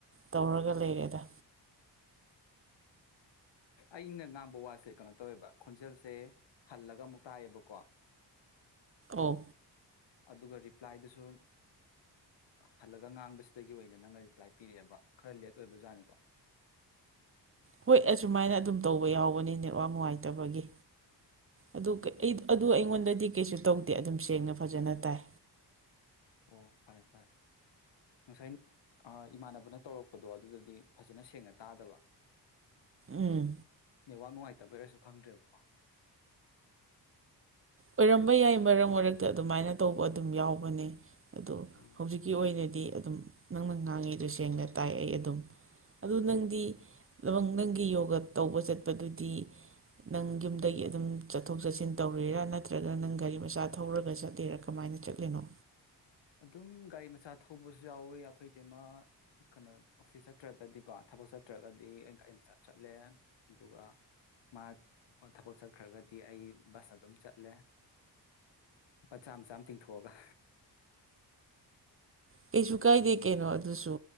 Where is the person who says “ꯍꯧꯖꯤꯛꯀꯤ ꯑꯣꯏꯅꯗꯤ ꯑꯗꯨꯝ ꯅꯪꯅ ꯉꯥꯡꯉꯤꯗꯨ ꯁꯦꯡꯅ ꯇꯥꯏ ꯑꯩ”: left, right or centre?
Right